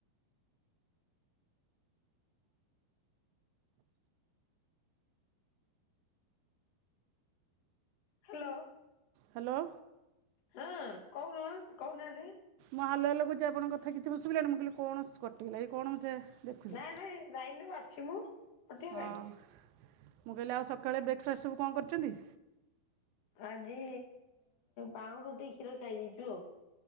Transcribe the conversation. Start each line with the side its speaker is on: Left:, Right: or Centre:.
Left: hello
Right: hello
Left: ହଁ କହୁନ କହୁନାହାନ୍ତି?
Right: ମୁଁ ହାଲୋ ହାଲୋ କହୁଛି ଆପଣଙ୍କ କଥା କିଛି କଁ ଶୁଭିଲାନି। ମୁଁ କହିଲି କଣ କଟିଗଲା କି କଣ ସେ ଦେଖୁଛି
Left: ନା ନାଇଁ ଲାଇନ୍ ରେ ବା ଅଛି ମୁଁ। କଟିବ
Right: ହଁ
Left: କାହିଁକି?
Right: ମୁଁ କହିଲି ଆଉ ସକାଳେ ବ୍ରେକ୍ ଫାଷ୍ଟ ସବୁ କଣ କରୁଛନ୍ତି?
Left: ଆଜି ପାଉଁ ରୁଟି କ୍ଷୀର ଖାଇ ଦେଇଛୁ